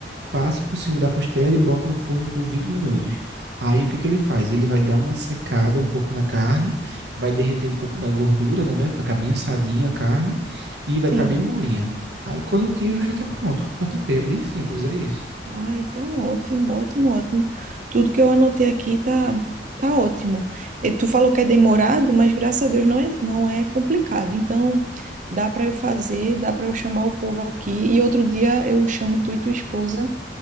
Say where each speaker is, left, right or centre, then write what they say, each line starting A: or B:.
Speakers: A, on the right; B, on the right.
A: passo por cima da costela e boto no forno por 20 minutos. Aí o que que ele faz? Ele vai dar uma secada um pouco na carne, vai derreter um pouco da gordura, né? velho? Vai ficar bem assadinha a carne e
B: Sim.
A: vai estar bem molinha. Aí quando eu tiro já tá pronto. Pra tu ver, é bem simples, é isso.
B: Ah, então ótimo, ótimo, ótimo. Tudo que eu anotei aqui tá, tá ótimo. E tu falou que é demorado, mas graças a Deus não é, não é complicado. Então dá para eu fazer, dá para eu chamar o povo aqui e outro dia eu chamo tu e tua esposa